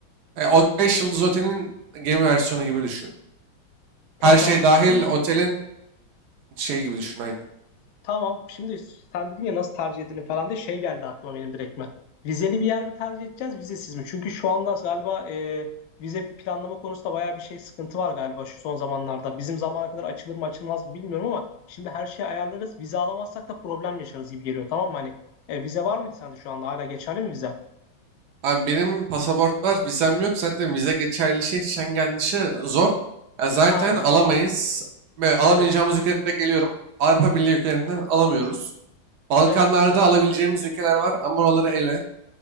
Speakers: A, on the right; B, on the left.
A: E, o 5 yıldız otelin gemi versiyonu gibi düşün.
B: Tamam.
A: Her şey dahil
B: Onun
A: otelin şey gibi düşün aynı.
B: Tamam. Şimdi sen dedin ya nasıl tercih edelim falan diye şey geldi aklıma benim direktmen. Vizeli bir yer mi tercih edeceğiz, vizesiz mi? Çünkü şu anda galiba e, vize planlama konusunda bayağı bir şey sıkıntı var galiba şu son zamanlarda. Bizim zamana kadar açılır mı açılmaz mı bilmiyorum ama şimdi her şeyi ayarlarız. Vize alamazsak da problem yaşarız gibi geliyor. Tamam mı? Hani e, vize var mıydı sende şu anda? Hala geçerli mi vize?
A: Abi benim pasaport var, vizem yok. Zaten vize geçerli şey Schengen dışı zor. Ya zaten
B: Aynen.
A: alamayız. Ve alamayacağımız
B: Evet.
A: ülkeye direkt geliyorum. Avrupa Birliği ülkelerinden alamıyoruz. Balkanlarda
B: Evet. Evet.
A: alabileceğimiz ülkeler var ama oraları ele.